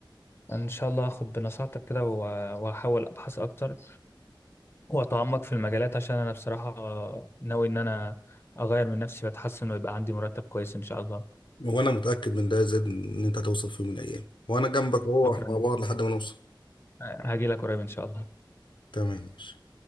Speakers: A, on the left; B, on the left.
A: ان شاء الله هاخد بنصيحتك كده و- وهحاول ابحث اكتر واتعمق في المجالات عشان انا بصراحة ناوي ان انا اغير من نفسي واتحسن ويبقى عندي مرتب كويس ان شاء الله
B: وانا متاكد من ده زاد ان انت هتوصل في يوم من الايام وانا جنبك اهو
A: شكرا
B: احنا مع بعض لحد ما نوصل
A: هاجي لك قريب ان شاء الله
B: تمام ماشي